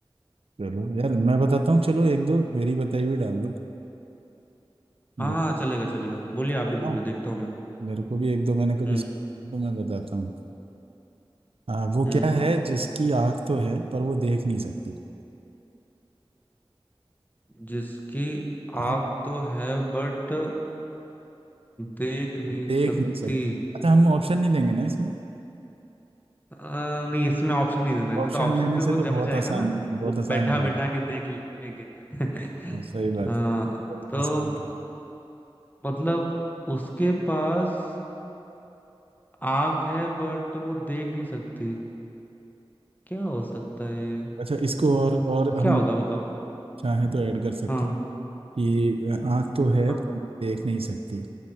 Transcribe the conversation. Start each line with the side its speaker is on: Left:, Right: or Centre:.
Right: चलो यार मैं बताता हूँ चलो एक दो मेरी बताई हुई डाल दो मैं
Left: हाँ हाँ चलेगा चलेगा बोलिए
Right: बताऊँ
Left: आप
Right: बताऊँ
Left: भी बोलिए देखता हूँ मैं
Right: मेरे को भी एक दो मैंने कभी
Left: हम्म
Right: सुना, तो मैं बताता हूँ हाँ, वो
Left: हम्म
Right: क्या है जिसकी आंख तो है पर वो देख नहीं सकती
Left: जिसकी
Right: आप
Left: आग तो है बट देख नहीं
Right: देख
Left: सकती
Right: नहीं सकती अच्छा हम ऑप्शन नहीं देंगे ना इसमें
Left: अ, नहीं इसमें ऑप्शन नहीं देना है, नहीं
Right: ऑप्शन
Left: तो ऑप्शन
Right: देने
Left: फिर
Right: से
Left: वो
Right: तो
Left: जम
Right: बहुत
Left: जाएगा
Right: आसान
Left: ना
Right: बहुत
Left: वो
Right: आसान
Left: बैठा
Right: हो जाएगा
Left: बैठा के देख लेंगे <laughs>
Right: हाँ, सही बात
Left: हाँ
Right: है तो
Left: तो
Right: आसान कर
Left: मतलब उसके पास आंख है बट वो देख नहीं सकती क्या हो सकता है ये
Right: अच्छा इसको और और हम
Left: क्या होगा बताओ
Right: चाहें तो ऐड कर सकते
Left: हाँ
Right: हैं कि आंख तो है
Left: हाँ
Right: पर मैं देख नहीं सकती